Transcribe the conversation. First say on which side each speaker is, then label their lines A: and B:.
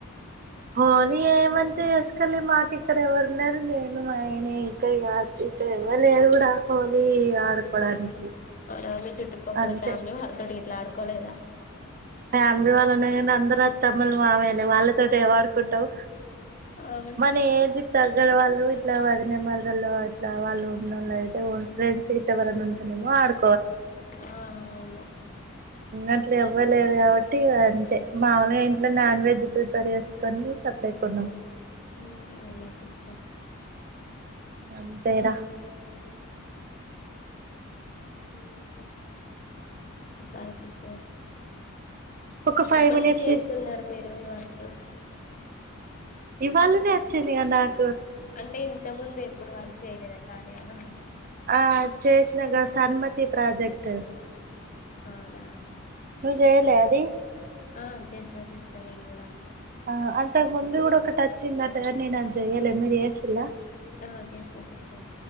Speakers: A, on the right; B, on the left.
A: హోలీ ఏం మంతా చేసుకోలే మాకు ఇక్కడ ఎవ్వరు ఉన్నారు నేను మాయన ఇక్కడ కాదు ఇక్కడ ఎవ్వరులేరు కూడా హోలీ ఆడుకోవడానికి.
B: అ చుట్ట్ట పక్కల
A: అంతే
B: ఫమిలీ వల్తోటి గిట్ల అడు కొలేదా
A: ఫ్యామిలీ వాళ్లనేగాని అందారు వత్ తమ్ములు మామయ్య లే వాళ్ళతో ఎవడు. కుంటవు
B: అవును
A: మన ఏజ్. తగ్గర వాళ్ళు ఇట్లా వదిన మరదల్లో అట్లా వాళ్ళు ఉన్నోళ్లు అయితే వా ఫ్రెండ్స్ ఇట్లా ఎవరైనా ఉంటేనేమో ఆడు.
B: ఆ అవును.
A: అట్లా ఏవ్వలేరూ కాబట్టి అంటే మామలుగా ఇంట్లో నాన్ వెజ్ ప్రిపేర్ చేసుకొని చప్పేకున్నాం.
B: అవునా సిస్
A: అంతే రా
B: ఇంకా చెప్పాలి సిస్టర్.
A: ఒక ఫైవ్
B: ఎప్పుడు
A: మినిట్స్
B: నుంచి చేస్తున్నారు మీరు ఈ వర్క్?
A: ఇవాళనే వచ్చిండ్రు కదా అక్
B: అంటే ఇంత ముందే ఏ ప్పుడు వర్క్ చేయద కార్యాలన్నీ.
A: ఆ చేసినగా సన్మతి ప్రాజెక్ట్
B: అవునా
A: నువ్వు చేయలే అది.
B: ఆ చేసిన సిస్టర్ నేను కూడా
A: ఆ అంతగ్ ముందు కూడా ఓక్క ట వచ్చిందిఅటకథ నేను అది జయాలే మీరు వేసిలా.
B: ఆ చేసిన సిస్టర్